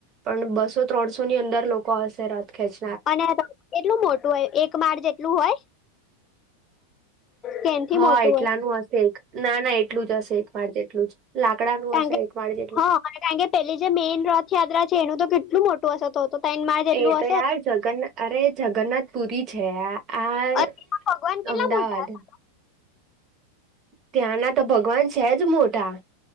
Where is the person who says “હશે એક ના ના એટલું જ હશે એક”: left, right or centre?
Right